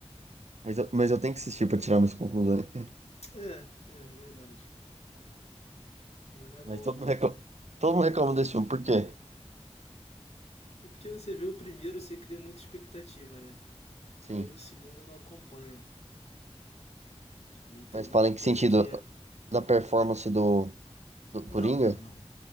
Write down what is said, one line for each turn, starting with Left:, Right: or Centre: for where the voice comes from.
Right: Mas eu, mas eu tenho que assistir pra tirar minhas conclusões. <laughs>
Left: É, é verdade. Mas não é bom
Right: Mas todo
Left: não.
Right: mundo reclama, todo mundo reclama desse filme, por quê?
Left: É porque você vê o primeiro, você cria muita expectativa, né?
Right: Sim.
Left: Aí o segundo não acompanha. E tem
Right: Mas
Left: muita
Right: fala em
Left: coisa
Right: que sentido?
Left: que é.
Right: Da performance do, do Coringa?
Left: Não, não, não.